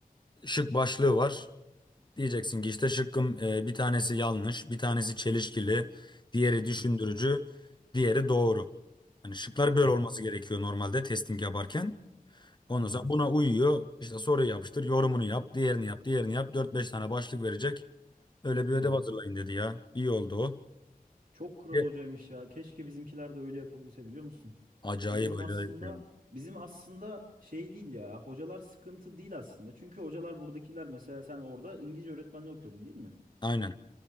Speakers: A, on the left; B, on the right.
A: şık başlığı var. Diyeceksin ki işte şıkkım e, bir tanesi yanlış, bir tanesi çelişkili, diğeri düşündürücü,
B: Hı hı,
A: diğeri doğru. Hani şıklar böyle
B: hı hı,
A: olması gerekiyor normalde testing yaparken. Ondan
B: hı hı,
A: sonra buna uyuyor. İşte soruyu yapıştır, yorumunu yap, diğerini yap, diğerini yap. Dört beş tane başlık verecek. Öyle bir ödev
B: hı hı.
A: hazırlayın dedi ya. İyi oldu o.
B: Çok kral
A: Ye-
B: hocaymış ya. Keşke bizimkiler de öyle yapabilse biliyor musun?
A: Acayip
B: Ya bizim
A: acayip
B: aslında
A: yani.
B: bizim aslında şey değil ya. Hocalar sıkıntı değil aslında. Çünkü hocalar buradakiler mesela sen orada İngilizce öğretmenliği okuyordun değil mi?
A: Aynen.